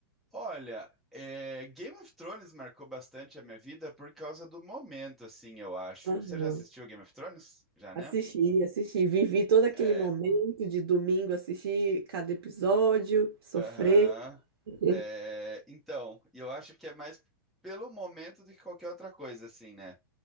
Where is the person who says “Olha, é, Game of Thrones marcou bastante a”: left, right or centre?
Centre